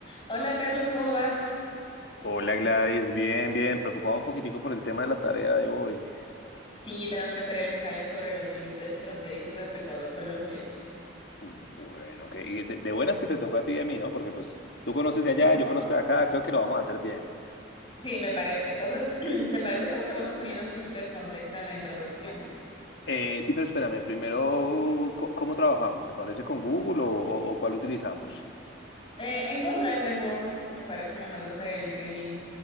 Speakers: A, on the left; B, on the left.
A: Hola Carlos, ¿cómo vas?
B: Hola Gladys, bien, bien, preocupado un poquitico por el tema de la tarea de hoy.
A: Sí, tenemos que hacer el ensayo sobre los límites fronterizos entre Ecuador y Colombia.
B: Bueno, que y de, de buenas que te tocó a ti y a mí, ¿no? Porque pues tú conoces de allá,
A: <laughs>
B: yo conozco de acá, creo que lo vamos a hacer bien.
A: Sí, me parece. Entonces, <clears throat> ¿te parece como que vamos poniendo un poquito en contexto en la introducción?
B: Eh, sí, pero espérame, primero, co- ¿cómo trabajamos? ¿Te parece con Google o, o- o cuál utilizamos?
A: Eh, en OneDrive, en Word, me parece, me mandas el, el link.